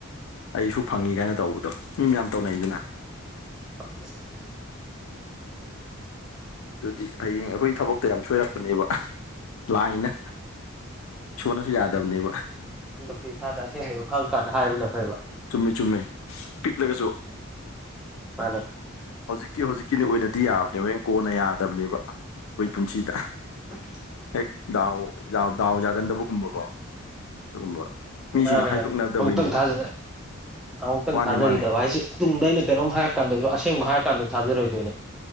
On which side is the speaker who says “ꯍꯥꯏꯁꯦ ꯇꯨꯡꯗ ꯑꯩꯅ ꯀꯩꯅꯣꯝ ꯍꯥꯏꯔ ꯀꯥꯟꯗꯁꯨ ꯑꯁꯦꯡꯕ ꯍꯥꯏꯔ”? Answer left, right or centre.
Centre